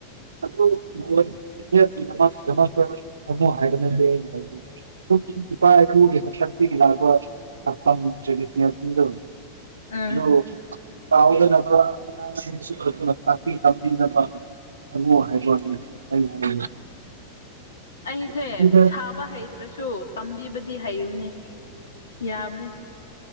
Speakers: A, on the right; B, on the left.
A: ꯑꯗꯨꯗꯃꯛꯇ ꯊꯝꯃꯨ ꯍꯥꯏꯕ ꯅꯠꯇ ꯑꯩꯅ ꯍꯥꯏꯖ ꯏꯄꯥꯒꯤ ꯀꯦ <unintelligible> ꯂꯣ ꯍꯂꯣ
B: ꯎꯝ
A: ꯀꯥꯎꯗ ꯅꯥꯛ ꯀꯝ ꯈꯪꯉꯣ ꯍꯥꯏꯕꯅꯦ ꯑꯩ ꯍꯥꯏꯦ
B: ꯑꯩꯁꯦ
A: ꯑꯗꯨꯗ
B: ꯁꯥꯕ ꯍꯩ ꯭ꯔꯁꯨ ꯇꯝꯕꯤꯕꯗꯤ ꯍꯩꯨꯅꯦ ꯌꯥꯕꯅꯤ